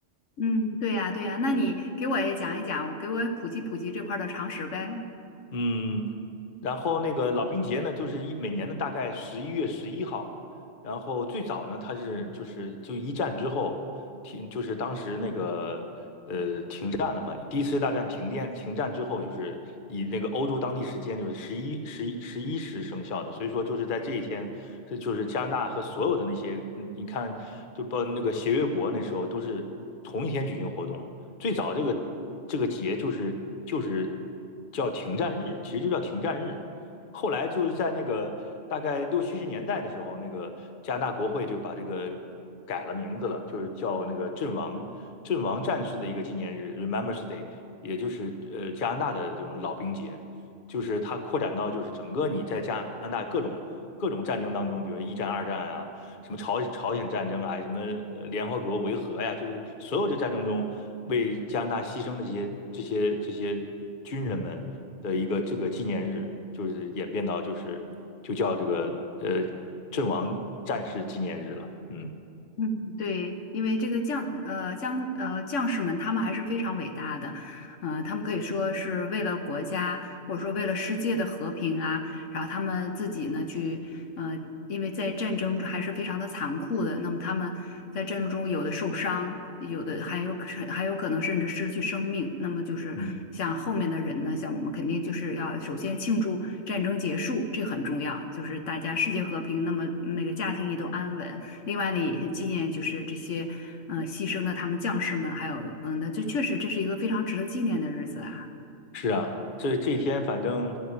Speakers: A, on the left (about 75°); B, on the left (about 45°).
A: 嗯，对呀，对呀，那你给我也讲一讲，给我也普及普及这块儿的常识呗。
B: 嗯，然后那个老兵节呢，就是一每年的大概十一月十一号，然后最早呢，它是就是就一战之后停，就是当时那个呃停战了嘛，第一次世界大战停电停战之后，就是以那个欧洲当地时间就是十一十一十一时生效的，所以说就是在这一天，这就是加拿大和所有的那些，嗯，你看就包括那个协约国那时候都是同一天举行活动，最早这个这个节就是就是叫停战日，其实就叫停战日。后来就是在那个大概六七十年代的时候，那个加拿大国会就把这个改了名字了，就是叫那个阵亡阵亡战士的一个纪念日 r e m e m b r a n Day），也就是呃加拿大的这种老兵节。就是它扩展到就是整个你在加拿大各种各种战争当中，比如一战、二战啊，什么朝朝鲜战争啊，什么呃联合国维和呀，就是所有的战争中为加拿大牺牲的这些这些这些军人们的一个这个纪念日，就是演变到就是就叫这个呃阵亡战士纪念日了。嗯
A: 嗯，对，因为这个将呃将呃将士们，他们还是非常伟大的，呃，他们可以说是为了国家或者说为了世界的和平啊，然后他们自己呢去呃，因为在战争中还是非常的残酷的，那么他们在战争中有的受伤，有的还有还有可能甚至失去生命，那么就是像后面的人呢，
B: 嗯，
A: 像我们肯定就是要首先庆祝战争结束，这个很重要，就是大家世界和平，那么那个家庭也都安稳。另外呢，也是纪念就是这些嗯、呃牺牲的他们将士们，还有嗯，那这确实这是一个非常值得纪念的日子啊。
B: 是啊，这这一天反正